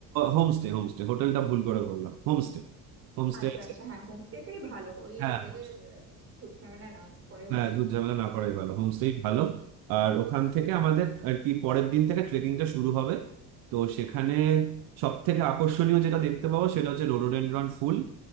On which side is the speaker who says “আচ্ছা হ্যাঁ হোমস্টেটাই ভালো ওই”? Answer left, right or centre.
Right